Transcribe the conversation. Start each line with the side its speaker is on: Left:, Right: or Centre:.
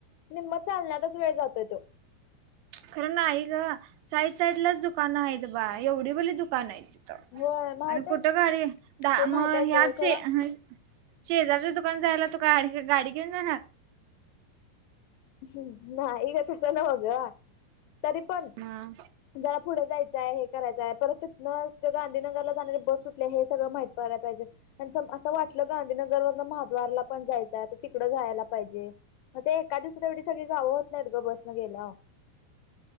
Left: निम्मा चालण्यातच वेळ जातोय तो.
Right: खरं नाही ग साईड साईड लाच दुकानं आहेत बाळ एवढी बली दुकानं आहेत. त
Left: होय माहित
Right: आणि
Left: आहे
Right: कुठं गाडी द
Left: ते माहित
Right: मग
Left: आहे सोड
Right: ह्याच
Left: खरं
Right: हाय. शेजारच्या दुकानला जायला तु काय गाडी घेऊन जाणार.
Left: हम्म नाही गं तस न्हवे गं तरी पण.
Right: मग
Left: जरा पुढे जायचंय हे करायचय परत तिथंन गांधीनगरला जाणारी बस सु''--'' आपलं हे सगळं माहित व्हायला पाहिजे. आणि सम असं वाटलं गांधीनगर वरून महाद्वारला पण जायचं आहे तर तिकडं जायला पाहिजे. मग ते एका दिवात तेवढी सगळी गावं होत नाहीत ग बसनं गेल्या.